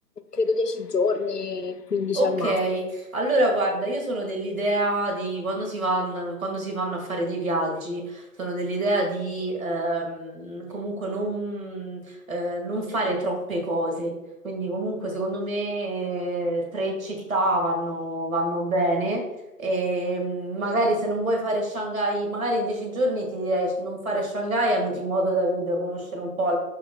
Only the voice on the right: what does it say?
Ok,
allora guarda, io sono dell'idea di quando si vanno, quando si fanno a fare dei viaggi, sono dell'idea di ehm, comunque non, eh, non fare troppe cose. Quindi comunque secondo me eh, tre città vanno, vanno bene e mm, magari se non vuoi fare Shanghai, magari in dieci giorni ti direi non fare Shanghai al- in modo da, da conoscere un po'